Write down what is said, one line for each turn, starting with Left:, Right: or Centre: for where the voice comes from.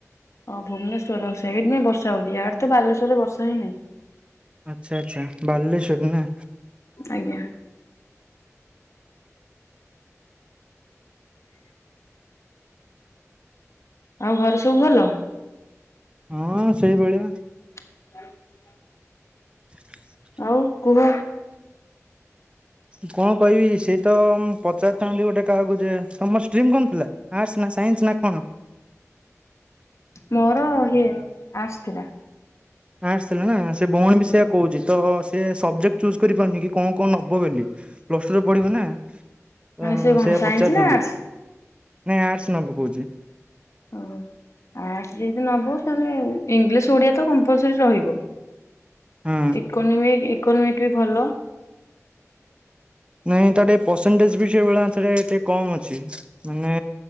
Left: ଓ ଭୁବନେଶ୍ୱର ର ଓ ସେଇଥିପାଇଁ ବର୍ଷା ହଉଚି, ଇଆଡେ ତ ବାଲେଶ୍ୱରରେ ବର୍ଷା ହେଇନାହିଁ।
Right: ଆଚ୍ଛା ଆଚ୍ଛା ବାଲେଶ୍ଵର ନା?
Left: ଆଜ୍ଞା। ଆଉ ଘରେ ସବୁ ଭଲ?
Right: ହଁ ସେଇଭଳିଆ।
Left: <inaudible>
Right: <inaudible>
Left: ଆଉ କୁହ।
Right: କଣ କହିବି ସେଇ ତ ପଚାରିଥାନ୍ତି ଗୋଟେ କାହାକୁ ଯେ ତୋମର ଷ୍ଟ୍ରିମ୍ କଣ ଥିଲା ଆର୍ଟସ ନା ସାଇନ୍ସ ନା କଣ?
Left: ମୋର ହିମ୍ ଆର୍ଟସ ଥିଲା।
Right: ଆର୍ଟସ ଥିଲା ନା ସେ ଭଉଣୀ ବି
Left: ହୁଁ
Right: ସେଇୟା କହୁଚି ତ ସେ ସବଜେକ୍ଟ ଚୁସ୍ କରିପାରୁନି କି କଣ କଣ ନବ ବୋଲି। ପ୍ଲସ୍ ଟୁରେ ପଢିବ ନା ତ
Left: ମାନେ ସେ କଣ
Right: ସେୟଆ
Left: ସାଇନ୍ସ
Right: ପଚାରିଥାନ୍
Left: ନା ଆର୍ଟସ?
Right: ନାଇଁ ଆର୍ଟସ ନବ କହୁଛି।
Left: ଓ ଆର୍ଟସ ଯଦି ନବ ତାହେଲେ ଇଂଲିଶ ଓଡିଆ ତ କମ୍ପଲସରୀ ରହିବ।
Right: ହଁ
Left: ଇକୋନମିକ୍ ଇକୋନୋମିକ୍ ବି ଭଲ।
Right: ନାଇଁ ତାର ଟିକେ ପରସେଣ୍ଟେଜ୍ ବି ସେଇଭଳି ସେଟେ ଟିକେ କମ ଅଛି। ମାନେ